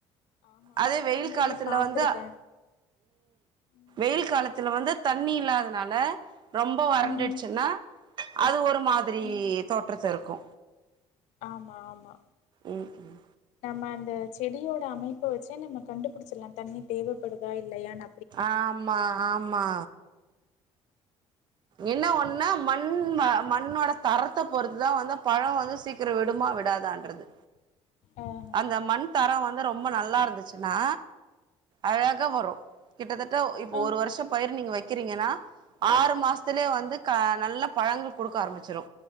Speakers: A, on the left; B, on the right.
A: ஆமா ஆமா
B: அதே வெயில்
A: நானுமே
B: காலத்துல
A: பாத்திருக்கே
B: வந்து
A: ம்
B: வெயில் காலத்துல வந்து தண்ணி இல்லாதனால ரொம்ப வறண்டுட்ச்சுன்னா
A: ம்
B: அது ஒரு மா திரி
A: ம்
B: தோற்றத்த இருக்கு
A: ஆமா ஆமா
B: ம் ம்
A: நம்ம அந்த செடியோட அமைப்ப வச்சே நம்ம கண்டுபுடுச்சர்லா தண்ணி தேவைப்படுதா இல்லயான்
B: ஆமா ஆமா என்ன
A: கண்டிப்பா
B: ஒன்னா மண்
A: கண்டிப்பா
B: மண்ணோட தரத்த பொறுத்தா வந்து பழோ வந்து சீக்கிரோ விடுமா வி டாதான்றது
A: ஆ ஹா
B: அந்த மண் தரோ வந்து ரொம்ப நல்லா இருந்துச்சுனா அழகா வரு கிட்டதட்ட இப்போ
A: ஆ
B: ஒரு வருஷ பயிர் நீங்க வைக்கிறீங்ன்னா ஆறு மாசத்துலே வந்து க நல்ல பழங்கள் குடுக்க ஆரம்பிச்சிரு